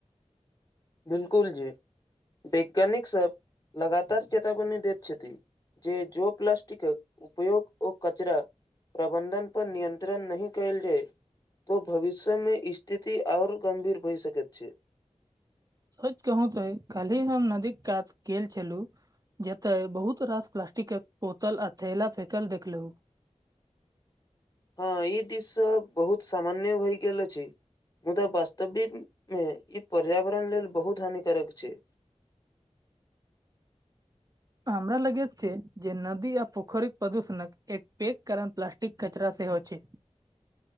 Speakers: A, on the left (about 30°); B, on the right (about 30°).
A: बिलकुल जी वैज्ञानिक सब लगातार चेतावनी दैत छथि जे जो प्लास्टिकक उपयोग ओ कचरा प्रबन्धन पर नियन्त्रण नहि कयल जाय तो भविष्य मे स्थिति आऔर गम्भीर भय सकैत छै
B: सोच कहू तो कल्हि हम नदीक कात गेल छलहुँ जते बहुत रास प्लास्टिकक बोतल आ थैला फेकल देखलहुँ
A: हँ ई दृश्य बहुत सामान्य होय गेल अछि मुदा वास्तविक मे ई पर्यावरण लेल बहुत हानिकारक छै
B: हमरा लगैत छै जे नदी आ पोखरीक प्रदूषणक एक पैघ कारण प्लास्टिक कचरा सेहो छै